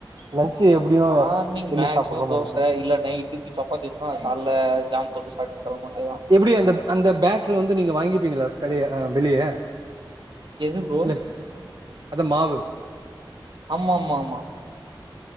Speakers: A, on the right; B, on the right.
A: லன்சு எப்டியு
B: மார்னிங்
A: வெளிய
B: மேக்சிமம்
A: சாப்புட்ற
B: தோச
A: மாரி தா
B: இல்ல நைட் டுக்கு சப்பாத்தி எத்துருவோ அத கால்ல ஜாம் தொட்டு சாப்ட்டு களம்ப வேண்டியதா
A: எப்டி அந்த அந்த பேட்ரு வந்து நீங்க வாங்கிப்பீங்களா கடைய ஆ வெளிய
B: எது ப்ரோ
A: இல்ல சார் அதா மாவு
B: ஆமாமாஆமா